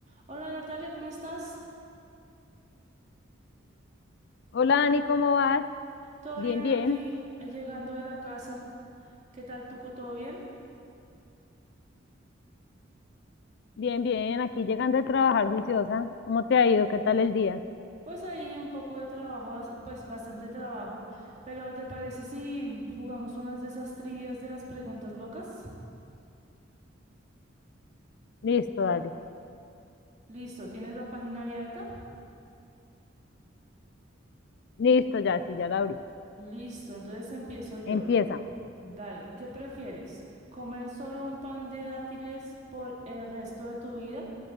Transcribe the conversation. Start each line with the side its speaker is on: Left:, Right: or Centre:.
Right: Hola Natalia, ¿cómo estás?
Left: Hola Ani, ¿cómo vas?
Right: ¿Todo
Left: Bien,
Right: bien
Left: bien,
Right: aquí, eh, llegando de la casa? ¿Qué tal tú? ¿Todo bien?
Left: bien, bien. Aquí llegando a trabajar juiciosa. ¿Cómo te ha ido? ¿Qué tal el día?
Right: Pues ahí un poco de trabajo, bas- pues bastante trabajo, pero ¿te parece si jugamos unas de esas trivias de las preguntas locas?
Left: Listo, dale.
Right: Listo, ¿tienes la página abierta?
Left: Listo, ya, sí, ya la abrí.
Right: Listo, entonces empiezo yo.
Left: Empieza.
Right: Dale, ¿qué prefieres? ¿Comer solo un pan de dátiles por el resto de tu vida